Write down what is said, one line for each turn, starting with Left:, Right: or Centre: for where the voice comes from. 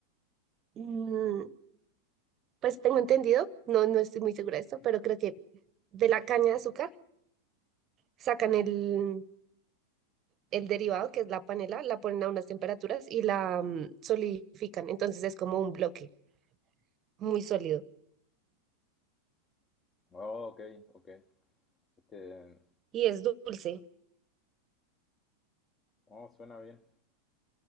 Right: Mm, pues tengo entendido, no, no estoy muy segura de esto, pero creo que de la caña de azúcar sacan el, el derivado, que es la panela, la ponen a unas temperaturas y la mm, solidifican. Entonces es como un bloque muy sólido
Left: Oh, ok, ok. Este,
Right: y es dulce.
Left: oh, suena bien.